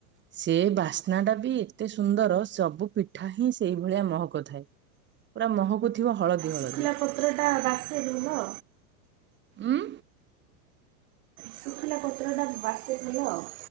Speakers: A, on the right (about 25°); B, on the right (about 60°).
A: ସେ ବାସ୍ନାଟା ବି ଏତେ ସୁନ୍ଦର ସବୁ ପିଠା ହିଁ ସେଇଭଳିଆ ମହକ ଥାଏ। ପୁରା ମହକୁ ଥିବ ହଳଦୀ ହଳଦୀ
B: ଶୁଖିଲା ପତ୍ରଟା ବାସେ ଭଲ
A: ଉଁ
B: ଶୁଙ୍ଖଲା ପତ୍ର ବାସେ ଭଲ ଆଉ।